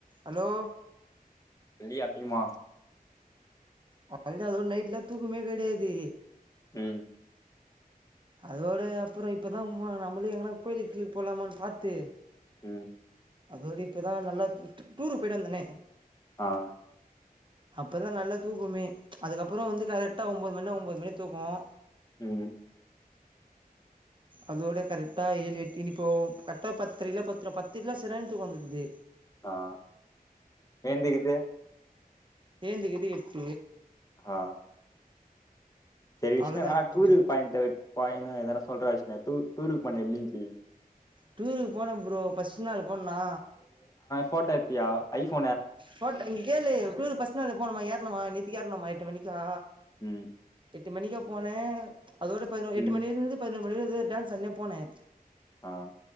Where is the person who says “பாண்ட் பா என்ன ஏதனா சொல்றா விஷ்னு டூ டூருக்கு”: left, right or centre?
Left